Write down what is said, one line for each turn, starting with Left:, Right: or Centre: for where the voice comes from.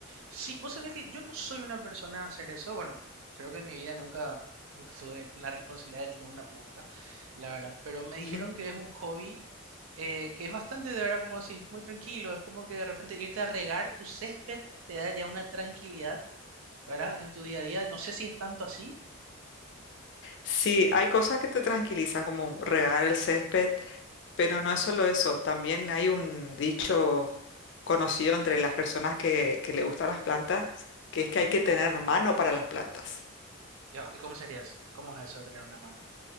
Right: Sí, vos sabés que yo no soy una persona a hacer eso. Bueno, creo que en mi vida nunca, nunca tuve la responsabilidad de tener una planta, la verdad. Pero me dijeron
Left: <laughs>
Right: que es un hobby eh, que es bastante, de verdad, como decís, muy tranquilo. Es como que de repente irte a regar tu césped te da ya una tranquilidad, ¿verdad? En tu día a día. No sé si es tanto así.
Left: Sí, hay cosas que te tranquilizan, como regar el césped, pero no es solo eso. También hay un dicho conocido entre las personas que, que le gustan las plantas, que es que
Right: Ujú.
Left: hay que tener mano para las plantas.
Right: Yo, ¿Y cómo sería eso? ¿Cómo es eso de tener una mano?